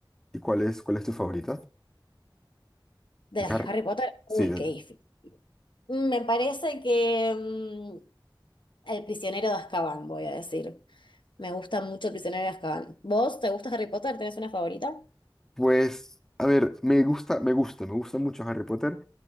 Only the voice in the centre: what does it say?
¿Y cuál es, cuál es tu favorita?
De
Harry.
Sí, del-
pues, a ver, me gusta, me gusta, me gusta mucho Harry Potter,